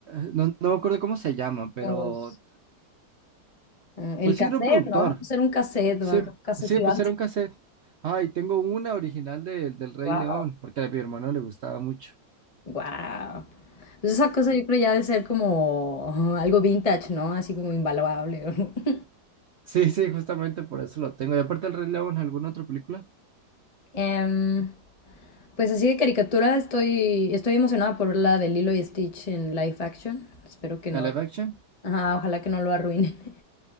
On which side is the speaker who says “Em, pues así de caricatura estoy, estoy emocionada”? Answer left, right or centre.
Left